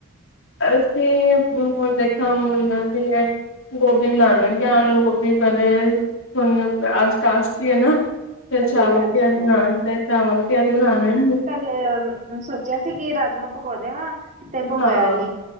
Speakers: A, on the left; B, on the right.
A: ਅਸੀਂ <unintelligible> ਗੋਭੀ ਬਣਾ ਲਾਂਗੀ ਲੱਗਿਆ ਆਲੂ-ਗੋਭੀ ਪਹਿਲੇ ਅੱਜ ਕਾਸਤੀ ਏ ਨਾ। ਫਿਰ
B: ਹਾਂਜੀ
A: ਚਾਵਲ
B: ਇੱਕ ਅੱਛੀ
A: ਪਿਆਜ
B: ਯਾਰ
A: ਬਣਾਣ ਫਿਰ ਚਾਵਲ ਪਿਆਜ ਬਣਾ ਲੈਣੀ ਆ-
B: ਫਿਰ ਸੋਚਿਆ ਸੀ ਕਿ ਰਾਜਮਾਂ ਪੋਗ ਦੇਵਾ ਤੇ ਪਗੋਇਆ
A: ਹਾਂ
B: ਨੀ।